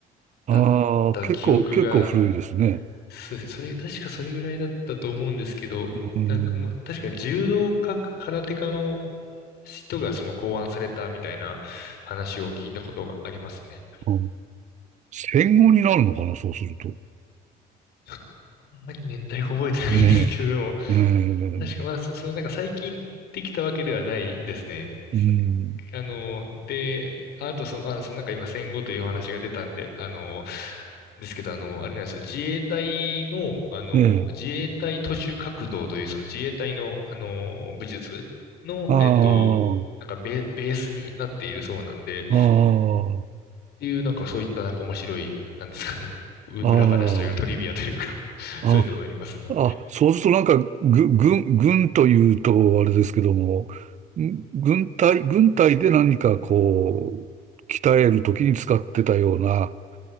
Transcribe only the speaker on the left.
だった記憶が
そうですね。それ、確かそれぐらいだったと思うんですけど、
なんかもう、確か柔道家か空手家の人がその考案されたみたいな話を聞いたことがありますね。
ちょっとあんまり年代が覚えてないんですけど、
でも
確かまあ、そ、そのなんか最近できたわけではないですね。
あの、で、あとその、まあ、そのなんか今戦後というお話が出たんで、あの、ですけど、あの、あれなんですよ、自衛隊の、あの、
自衛隊徒手格闘という、その自衛隊の、あの、武術の、
えっと、なんかベ、ベースになっているそうなんで、っ
ていう、なんかそういったなんか面白い、なんですかね、う
<laughs> 裏話というかトリビアというか <laughs>
そういうのもありますね。